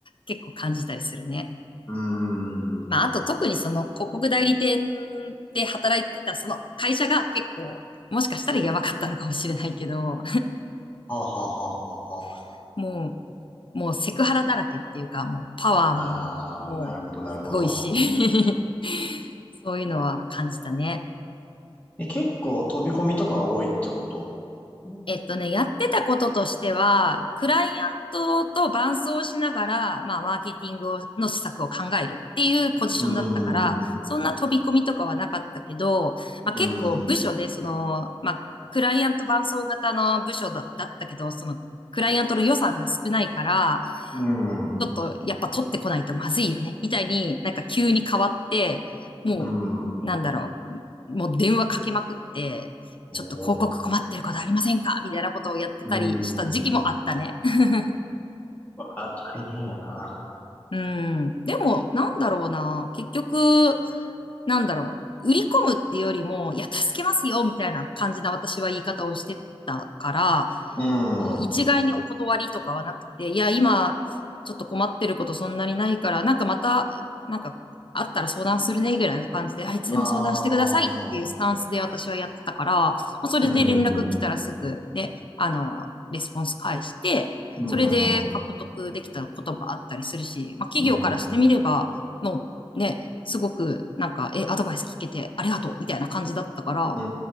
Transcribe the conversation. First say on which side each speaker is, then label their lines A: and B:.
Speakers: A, on the left; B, on the left.
A: 結構感じたりするね。
B: ーん。
A: まあ、あと特にその広告代理店で働いてたその会社が結構、もしかしたらやばかったのかもしれないけど、
B: はあはあはあはあは
A: <laughs> もう、もうセクハラだらけっていうか、もうパワーも、
B: あ。ああ、
A: もうすごいし、
B: なるほど、なるほど。
A: <laughs> そういうのは感じたね。
B: え、結構飛び込みとかが多いってことう
A: えっとね、やってたこととしては、クライアントと伴走しながら、まあ、マーケティングをの施策を考えるっていうポジションだったから、
B: ーん、うん、
A: そんな飛び込みとかはなかったけど、まあ、
B: うん、
A: 結構部署で、その、まあ、クライアント伴走型の部署だ、だったけど、その、クライアントの予算が少ないから、
B: う
A: ちょっとやっぱ取ってこないとまずいよね、みたいになんか急に変わって、もう、
B: ん。
A: なんだろう、もう電話かけまくって、
B: えー、
A: ちょっと広告困ってることありませんかみたいなことをやってたりした時期もあったね。
B: うーん。
A: <laughs>
B: わあ、大変やな。
A: うん。でも、なんだろうな。結局、なんだろう。売り込むっていうよりも、いや、助けますよみたいな感じな私は言い方をしてたから、
B: うん
A: もう一概にお断りとかはなくて、いや、今、ちょっと困ってることそんなにないから、なんかまた、なんかあったら相談するね、ぐらいな感じで、あいつでも相談してくださいっていうスタンスで私はやってたから、
B: ああ、
A: まあ、それで連絡来たらすぐね、
B: うん、うんうん。
A: あの、レスポンス返して、
B: うん、
A: それで獲得できたこともあったりするし、
B: うんうん。
A: まあ、企業からしてみれば、
B: うん、ん
A: もうね、すごくなんか、え、アドバイス聞けてありがとうみたいな感じだったから、
B: う